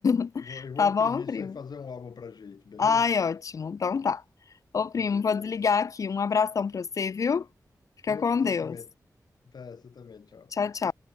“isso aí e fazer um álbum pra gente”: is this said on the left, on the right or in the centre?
Left